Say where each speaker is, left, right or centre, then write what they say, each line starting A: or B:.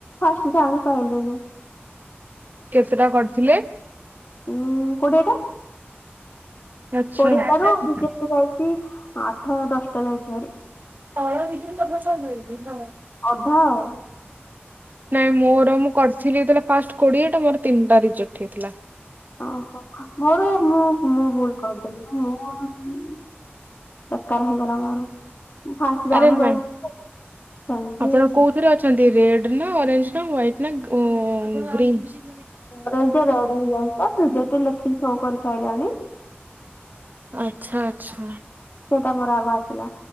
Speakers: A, on the left; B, on the right.
A: ମୁଁ ଯାଣିପାଇଲିନି।
B: କେତେଟା କରିଥିଲେ।
A: ଉଁ କୋଡିଏ ଟା।
B: ଆଚ୍ଛା
A: କୋଡ଼ିଏ
B: ହୁଁ।
A: ଟାରୁ ରେଜେକ୍ଟ୍ ଯାଇଚି। ଆଠ ଦଶ ଟା ଯାଇଚି ଭାରି।
B: <unintelligible> ହୁଁ ହୁଁ।
A: ଅଧା ଆଉ।
B: ନାଇଁ ମୋର ମୁଁ କରିଥିଲି ଏଇଥିରେ ଫାଷ୍ଟ କୋଡିଏ ଟା ମୋର ତିନିଟା ରିଜେକ୍ଟ ହେଇଥିଲା।
A: ଓହୋ ମୋର ମୁଁ ମୁଁ ଭୁଲ କରିଦେଲିି ମୁଁ ଆଉ ବେକାର ହେଇଗଲା ମୋର। ମୁଁ ଫାଷ୍ଟ ଜାଣିପାରିଲି
B: ଆରେ ନା
A: ସେମିତି
B: ଆପଣ କୋଉଥିରେ ଅଛନ୍ତି ରେଡ୍ ନା ଓରେଞ୍ଜ। ନା ୱାଇଟ୍ ନା। <unintelligible>
A: ଅରେଞ୍ଜ ରେଡ୍ ହେଇଯାଇଚି ପା ରିଜେକ୍ଟ ଲେଖି ‌ସୋ କରିସାଇଲାଣି।
B: ଆଚ୍ଛା ଆଚ୍ଛା।
A: ସେଟା ମୋର ଆଗ ଆସିଲା